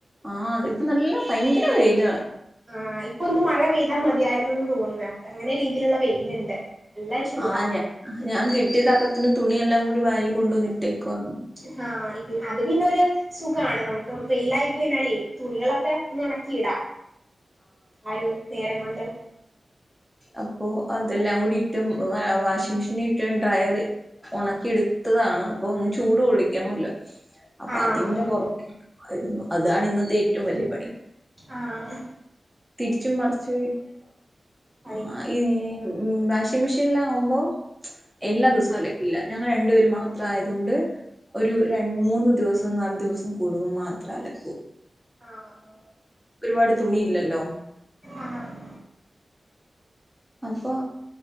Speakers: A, in the centre; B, on the right.
A: ആഹ് ഇപ്പ നല്ല ഭയങ്കര വെയില
B: ആഹ് ഇപ്പൊ ഒന്ന് മഴ പെയ്താൽ മതിയായിരുന്നുന്ന് തോന്നാ അങ്ങനെ രീതിയിലുള്ള വെയിലുണ്ട് നല്ല ചൂടാ
A: ആഹ്ഞ ഞാൻ കിട്ടിയ തക്ക ത്തിന് തുണിയെല്ലാം കൂടി വാരി കൊണ്ടുവന്നിട്ടേക്കുവാണ്
B: ഹാ അത് പിന്നൊരു സുഖാണ് നമുക്ക് വെയിലായി കഴിഞ്ഞാലേ തുണികളൊക്കെ ഒന്ന് ഉണക്കിയിടാം ആ ഒരു നേരം കൊണ്ട്
A: അപ്പോ അതെല്ലാം കൂടിയിട്ട് വാഷിംഗ് മെഷീൻ ഇട്ട് ഡ്രയറിൽ ഉണക്കി എടുത്തതാണ് അപ്പൊ ഒന്ന് ചൂട് കൊള്ളിക്കണോല്ലോ അപ്പൊ
B: ആഹ്
A: അതിന്റെ
B: ആഹ്
A: പുറ <unintelligible> ആയിരുന്നു അതാണ് ഇന്നത്തെ ഏറ്റവും വലിയ പണി
B: ആഹ് ആ
A: തിരിച്ചും മറിച്ചു ഇ
B: പണി
A: ആ ഏ ഉം വാഷിംഗ് മെഷീൻല്ലാവുമ്പോ എല്ലാതൂസോം അലക്കില്ല ഞങ്ങൾ രണ്ടുപേര് മാത്രം ആയതുകൊണ്ട് ഒരു ര മൂന്ന് ദിവസവും നാലു ദിവസം കൂടുമ്പം മാത്രം അലക്കൂ
B: ആഹ ഹാ
A: ഒരുപാട് തുണിയില്ലല്ലോ
B: ആഹ്
A: അപ്പൊ